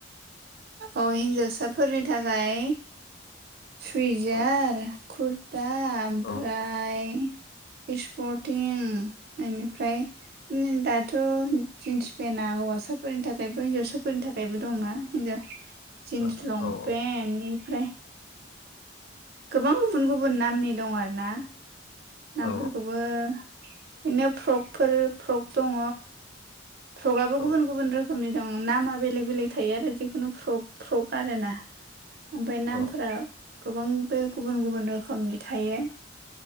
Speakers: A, on the right; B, on the left.
A: औ हिन्जावसाफोरनि थाखाय सुइजार
B: औ
A: कुर दा ओमफ्राय
B: औ
A: सपर्टिं बेनिफ्राय दा थ' जिन्स पेन्टआ हौवासाफोरनि थाखायबो हिनजावसाफोरनि थाखायबो दंना हिनजाव जिन्स
B: औ
A: लंपेन्टनिफ्राय
B: औ औ
A: गोबां गुबुन गुबुन नामनि दं आरो ना
B: औ
A: नामफोरखौबो बो बिनो फ्रकफोर फ्रक दङ फ्रगाबो
B: औ
A: गुबुन गुबुन रो रोखोमनि दं नामा बेलेग बेलेग थायो आरो जिखुनु फ्रक फ्रक आर ना ओमफ्राय नामफोरा
B: औ
A: गोबां बे गुबुन गुबुन रोखोमनि थायो